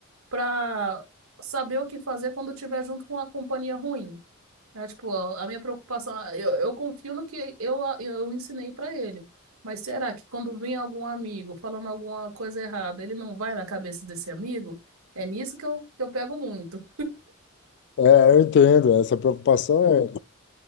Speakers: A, on the right (about 80°); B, on the left (about 55°).
A: para saber o que fazer quando estiver junto com uma companhia ruim. É Tipo, a a minha preocupação, eu, eu confio no que eu, eu ensinei para ele. Mas será que quando vem algum amigo falando alguma coisa errada, ele não vai na cabeça desse amigo? É nisso que eu, que eu pego muito.
B: é, eu entendo, essa preocupação é